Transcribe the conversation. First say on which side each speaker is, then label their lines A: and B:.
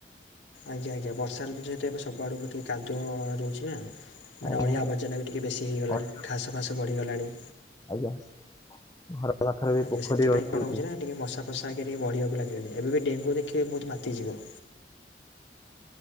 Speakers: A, on the left (about 85°); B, on the left (about 20°).
A: ଆଜ୍ଞା ଆଜ୍ଞା ବର୍ଷାଋତୁ ଯେହେତୁ ଏବେ ସବୁଆଡୁକୁ ଟିକେ କାଦୁଅ ରହୁଛି ନା। ମାନେ
B: ଆଜ୍ଞା
A: ଅଳିଆ ଆବର୍ଜନା ବି ଟିକିଏ ବେଶୀ ହୋଇଇଗଲାଣି
B: ଅଇଁଠା
A: ଘାସ ଫାସ ବଢ଼ିଗଲାଣି।
B: ଆଜ୍ଞା। ଘର ପାଖରେ ବି
A: ଆଜ୍ଞା
B: ପୋଖରୀ
A: ସେଥିପାଇଁ
B: ରହିଯାଉଛି।
A: କଣହେଉଛି ନା ଟିକେ ମଶା ଫସା ଟିକେ ବଢ଼ିବାକୁାଲାଗିଲେଣି ଏବେ ବି ଡେଙ୍ଗୁ ଦେଖିବେ ବହୁତ ମାତିଯିବ।